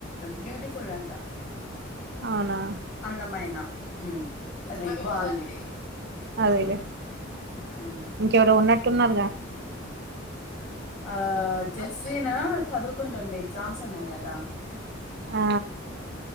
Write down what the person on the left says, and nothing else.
బ్యూటిఫుల్ అంట
అందమైన హ్మ్ అది బాగుంది.
ఉమ్
ఆ జస్విన్ చదువుకుంటుంది. ఎగ్జామ్స్ ఉన్నాయి. కదా